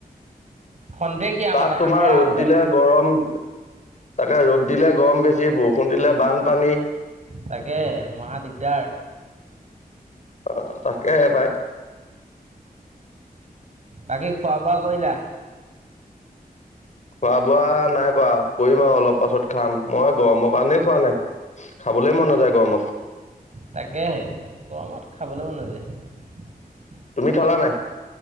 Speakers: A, on the right; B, on the left.
A: খন্তেকীয়া
B: তাত
A: মানে
B: তোমাৰ
A: আহে
B: ৰ'দ
A: আৰু যায়
B: দিলে গৰম তাকে ৰ'দ দিলে গৰম বেছি, বৰষুণ দিলে বানপানী।
A: তাকে মহা দিগদাৰ।
B: অ'! তাকেহে পাই।
A: বাকী খোৱা বোৱা কৰিলা?
B: খোৱা বোৱা নাই কৰা। কৰিম আৰু অলপ পাছত খাম, মই গৰমৰ কাৰণেই খোৱা নাই। খাবলৈ মন নাযায় গৰমত।
A: তাকেহে, গৰমত খাবলৈ মন নাযায়।
B: তুমি খালা নাই?